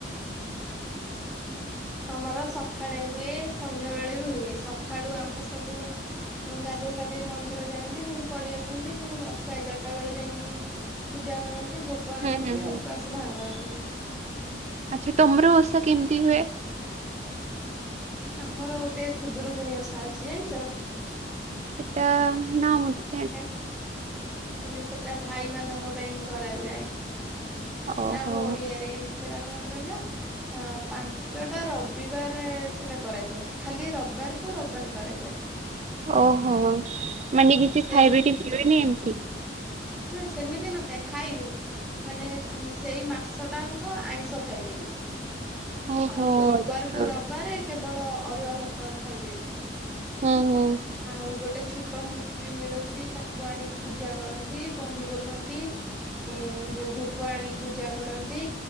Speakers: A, in the centre; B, on the right (about 40°).
A: ଆମର ସଖାଳେ ହୁଏ ସନ୍ଧ୍ୟାବେେଳେ ବି ହୁଏ ସକାଳୁ ଆମର ସବୁ ଗାଧୋଇ ପାଧୋଇ ମନ୍ଦିର ଯାଆନ୍ତି ପୁଣି ପଳେଇ ଆସନ୍ତି ପୁଣି ଦଶଟା ଏଗାରଟା ବେଳେ ଯାଇକି ପୂଜା କରନ୍ତି ଭୋଗ ଆଣନ୍ତି
B: ହୁଁ ହୁଁ ହୁଁ
A: ଉପାସ ଭାଙ୍ଗନ୍ତି।
B: ଆଚ୍ଛା ତମର ଓଷା କେମିତି ହୁଏ?
A: ଆମର ଗୋଟିଏ ଖୁଦୁରୁକୁୁଣି ଓଷା ଅଛି ଜାଣିଛ?
B: ଏଟା ନାଉନ।
A: ହେଟ୍ ବୋଇଲୀ ସେଟା ଭାଇମାନାନଙ୍କ ପାଇଁ କରାଯାଏ। ସେଟା
B: ଓହୋ
A: ଆମ ଓଡିଆରେ ସେଟା କଣ କହିଲ। ପାଞ୍ଚଟା ରବିବାର ସେଇଟା କରାଯାଏ ଖାଲି ରବିବାରକୁ ରବିବାର କରାଯାଏ।
B: ଓହୋ ମାନେ
A: ଆଉ
B: କିଛି
A: ସେ
B: ଖାଇବେ କି ପିଇବେନି ଏମତି।
A: ହୁଁ ସେମିତି ନଥାଏ ଖାଇବି। ମାନେ ସେଇ ମାସଟାଙ୍କ ଆଇଁଷ ଖାଇବିନି।
B: ଓହୋ
A: ଆଉ ରବିବାରକୁ
B: ଆଚ୍ଛା
A: ରବିବାରେ କେବଳ ଅରୁଆ ଭାତ ଖାଇବେ।
B: ହୁଁ ହୁଁ।
A: ଆଉ ଗୋଟେ ଛୋଟ ମୂର୍ତ୍ତି ମିଳୁଛି ତାକୁ ଆଣିକି ପୂଜା କରନ୍ତି ବହି ବୋଲନ୍ତି। ଏ ଯେଉଁ ଭୋଗ ଆଣିକି ପୂଜା କରନ୍ତି